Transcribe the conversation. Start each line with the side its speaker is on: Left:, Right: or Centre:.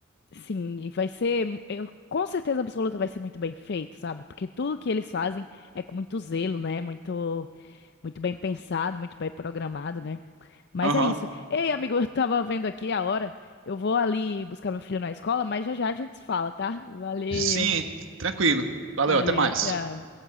Left: Sim, e vai ser, eu, com certeza absoluta vai ser muito bem feito, sabe? Porque tudo que eles fazem é com muito zelo, né? Muito, muito bem pensado, muito bem programado, né? Mas
Right: Aham.
Left: é isso. Ei, amigo, eu tava vendo aqui a hora. Eu vou ali buscar meu filho na escola, mas já já a gente se fala, tá? Valeu,
Right: Sim, tranquilo. Valeu,
Left: valeu,
Right: até mais.
Left: tchau.